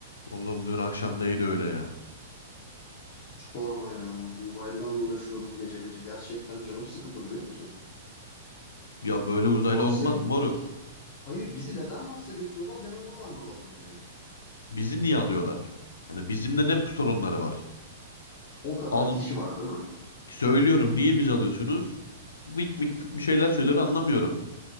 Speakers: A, on the left; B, on the left.
A: Oğlum dün akşam neydi öyle ya?
B: Sorma ya. Uzaylılarla uğraşıyoruz gece gece. Gerçekten canım sıkıldı biliyor musun?
A: Ya böyle uzaylı
B: Mars'a
A: olmaz
B: gittik.
A: moruk.
B: Hayır bizi neden Mars'a götürüyorlar ben onu da anlamadım yani.
A: Bizi niye alıyorlar? Hani bizimle ne sorunları var?
B: O kadar
A: Al
B: kişi var değil mi?
A: söylüyorum niye biz alıyorsunuz? Vık vık vık bir şeyler söylüyor anlamıyorum.